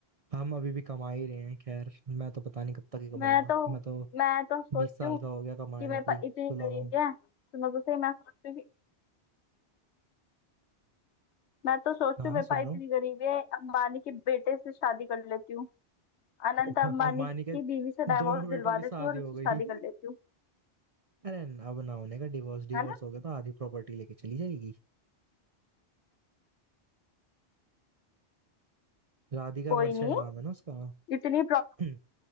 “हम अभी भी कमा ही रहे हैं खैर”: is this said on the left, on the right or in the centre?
Right